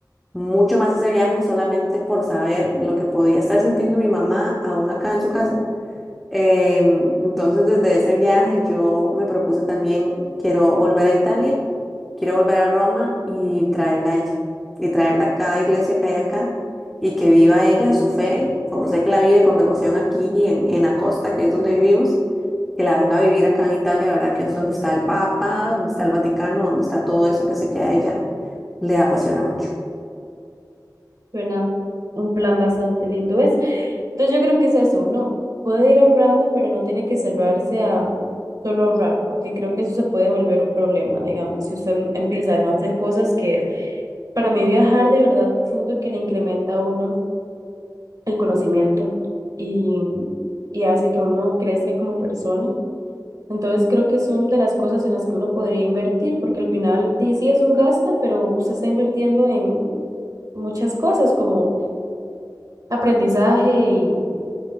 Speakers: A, in the centre; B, on the right.
A: mucho más ese viaje solamente por saber lo que podía estar sintiendo mi mamá aún acá en su casa. Em, entonces, desde ese viaje yo me propuse también, quiero volver a Italia, quiero volver a Roma y traerla a ella, y traerla a cada iglesia que hay acá. Y que viva ella su fe, como sé que la vive con devoción aquí en, en la costa, que es donde vivimos que la venga a vivir acá en Italia, ¿verdad? Que es donde está el Papa, donde está el Vaticano, donde está todo eso que sé que a ella le apasiona mucho.
B: suena un plan bastante lindo, ¿ves? Entonces yo creo que es eso, uno puede ir ahorrando, pero no tiene que cerrarse a solo ahorrar, porque creo que eso se puede volver un problema, digamos, si usted empieza a no hacer cosas que para mí viajar de verdad siento que le incrementa a uno el conocimiento y, y hace que uno crezca como persona. Entonces creo que son de las cosas en las que uno podría invertir, porque al final di, sí es un gasto, pero usted está invirtiendo en muchas cosas como aprendizaje y